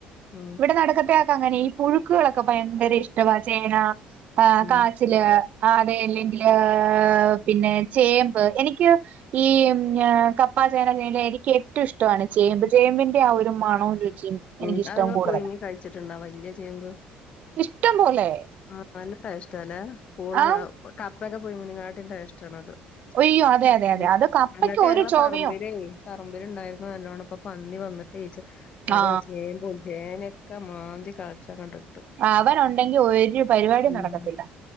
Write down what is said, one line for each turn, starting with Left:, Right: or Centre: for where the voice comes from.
Left: ഉം
Right: ഇവിടെ നടക്കത്തെയൊക്കെ അങ്ങനെ ഈ പുഴുക്കുകളൊക്കെ ഭയങ്കര ഇഷ്ടവാ ചേന ആ
Left: ഉം
Right: കാച്ചില് <inaudible> ആ അതെ അല്ലെങ്കില്... പിന്നെ ചേമ്പ് എനിക്ക് ഈ മ് ഞ്ഞെ.. കപ്പാ ചേന ചേല എനിക്ക് ഏറ്റവും ഇഷ്ടമാണ് ചേമ്പ് ചേമ്പിൻ <inaudible> ആ ഒരു മണവും രുചിയും <unintelligible>
Left: ഉം അത്ങ്ങെൾ
Right: കൂടുതലാ
Left: പുഴുങ്ങി കഴിച്ചിട്ടുണ്ടോ ആവല്ല്യയ ചേമ്പ്
Right: ഇഷ്ടം പോലെ
Left: ആ പല ടേസ്റ്റ് ല്ലെ പൂള
Right: ആ
Left: അ കപ്പയോ ക്കെ പുയ്ങ്ങനങ്ങാട്ടി ടേസ്റ്റ ആണത്
Right: അയ്യോ അതെ
Left: <unintelligible>
Right: അതെ അതെ അത് കപ്പയ്ക്ക്
Left: ഞങ്ങൾക്കെ
Right: ഒരു
Left: ഞങ്ങളെ
Right: ചൊവയും
Left: പറമ്പിലേ.... പറമ്പില്ണ്ടായിരുന്ന് നല്ലോണ്ണം ഇപ്പൊ പന്നി വന്നിട്ടെ ച് അത്
Right: ആ
Left: ചേമ്പും ചേനക്കെ മാന്തി കൾച്ചങ്ങട്ട്
Right: അവന് ഉണ്ടെങ്കി ഒരു പരിപാടിയും
Left: ഉം.
Right: നടക്കത്തില്ല.